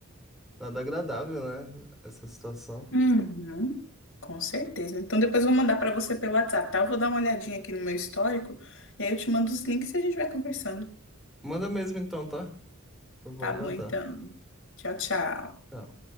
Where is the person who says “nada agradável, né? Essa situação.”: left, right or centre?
Centre